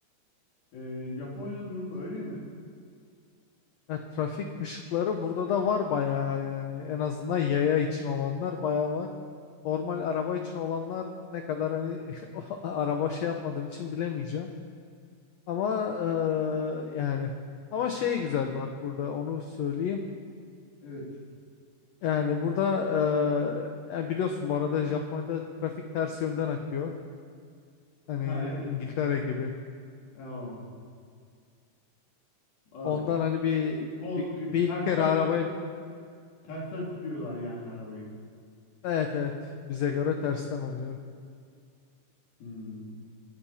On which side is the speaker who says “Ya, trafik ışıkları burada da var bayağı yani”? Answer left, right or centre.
Left